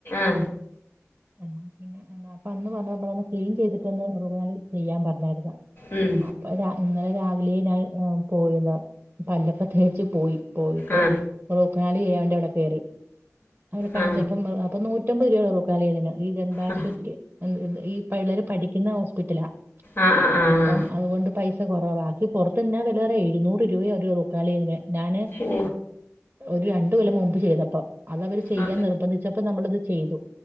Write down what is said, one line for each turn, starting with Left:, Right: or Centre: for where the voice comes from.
Left: ആ
Right: എന്ന പിന്നൊ അപ്പൊ അന്ന് പറഞ്ഞത് ഒന്ന് ക്ലീൻ ചെയ്തിട്ട് ഒന്ന് റൂക്കനാൽ ചെയ്യാൻ പറഞ്ഞായിരുന്ന്
Left: ഉം.
Right: അപ്പ രാ ഇന്നലെ രാവിലെ ഞാൻ പോയിന്ന പല്ലക്കത്തേച്ച് പോയി പോയിട്ട്
Left: ആ.
Right: റൂക്കനാലി ചെയ്യാൻ വേണ്ടി അവിടെ കയറി. അവരെ കാണിച്ചപ്പോ
Left: ആ.
Right: അപ്പൊ നൂ റ്റമ്പത് രൂപയുള്ളു റുക്കനാലു ചെയ്യുന്നതിന് ഈ ദന്താശുപത്രി
Left: ആ.
Right: ഈ പിള്ളേര് പഠിക്കുന്ന ഹോസ്പിറ്റലാ.
Left: ആ. ആ. ആ.
Right: അപ്പം
Left: ആ.
Right: അതുകൊണ്ട് പൈസ കൊറവ ബാക്കി പൊറത്ത് എന്ന വിലയാന്നറിയോ എഴുന്നൂറ് രൂപയാ ഒരു റുക്കനാലി ചെയ്യുന്നെയന് ഞാന്.
Left: ഓ.
Right: ഒരു രണ്ടു കൊല്ലം മുമ്പ് ചെയ്തപ്പ അത് അവര് ചെയ്യാൻ
Left: ആ.
Right: നിർബന്ധിച്ചപ്പ നമ്മളത് ചെയ്തു